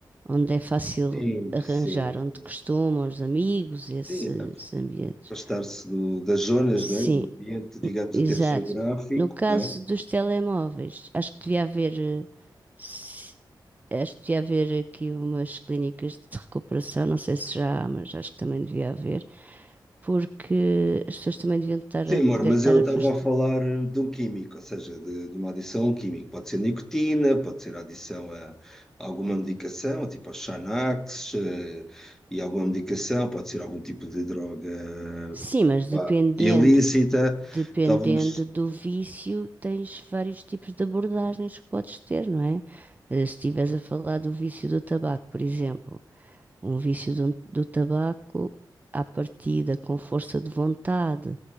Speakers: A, on the right; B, in the centre.
A: onde é fácil
B: Sim,
A: arranjar,
B: sim, sim.
A: onde costumam os amigos, esses
B: Sim,
A: ambientes.
B: afastar-se do- das zonas,
A: Sim,
B: não é? Do ambiente, digamos,
A: n- exato.
B: até geográfico,
A: No caso
B: não é?
A: dos telemóveis, acho que devia haver, eh, se- acho que devia haver aqui umas clínicas de recuperação, não sei se já há, mas acho que também devia haver, porque as pessoas também deviam estar
B: Sim,
A: a
B: amor,
A: poder
B: mas
A: estar
B: eu
A: afastadas.
B: estava a falar eh, de um químico, ou seja, de, de uma adição a um químico. Pode ser nicotina, pode ser adição a, a alguma medicação, tipo aos Xanax, eh, e alguma medicação, pode ser algum tipo de droga
A: Sim, mas
B: pá,
A: dependendo,
B: ilícita.
A: Dependendo
B: Estávamos.
A: do vício, tens vários tipos de abordagens que podes ter, não é? Eh, Se estiveres a falar do vício do tabaco, por exemplo, um vício do, do tabaco, à partida, com força de vontade